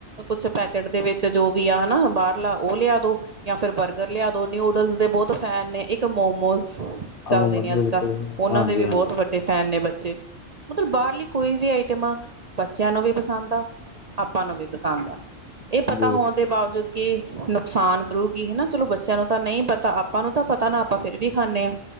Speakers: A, on the right (about 45°); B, on the left (about 55°).
A: ਕੁਛ ਪੈਕੇਟ ਦੇ ਵਿੱਚ ਜੋ ਵੀ ਆ ਹਨਾ ਬਾਹਰਲਾ ਉਹ ਲਿਆ ਦੋ ਜਾਂ ਫਿਰ ਬਰਗਰ ਲਿਆ ਦੋ ਨਿਊ ਨੂਡਲਸ ਦੇ ਬਹੁਤ ਫੈਨ ਨੇ ਇੱਕ ਮੋਮੋਸ ਚੱਲਦੇ
B: ਹਾਂ
A: ਨੇ
B: ਬਿਲਕੁਲ
A: ਅੱਜ ਕੱਲ੍ਹ ਉਹਨਾਂ
B: ਹਾਂਜੀ
A: ਦੇ ਵੀ
B: ਹਾਂਜੀ
A: ਬਹੁਤ ਵੱਡੇ ਫੈਨ ਨੇ ਬੱਚੇ ਮਤਲਬ ਬਾਹਰਲੀ ਕੋਈ ਵੀ ਆਈਟਮ ਆ ਬੱਚਿਆਂ ਨੂੰ ਵੀ ਪਸੰਦ ਆ ਆਪਾਂ ਨੂੰ ਵੀ ਪਸੰਦ ਆ ਇਹ ਪਤਾ
B: ਬਿਲਕੁਲ
A: ਹੋਣ ਦੇ ਬਾਵਜੂਦ ਕੇ ਨੁਕਸਾਨ ਕਰੂਗੀ ਹਨਾ ਚਲੋ ਬੱਚਿਆਂ ਨੂੰ ਤਾਂ ਨਹੀਂ ਪਤਾ ਆਪਾਂ ਨੂੰ ਤਾਂ ਪਤਾ ਨਾ ਆਪਾਂ ਫੇਿਰ ਵੀ ਖਾਂਦੇ ਹਾਂ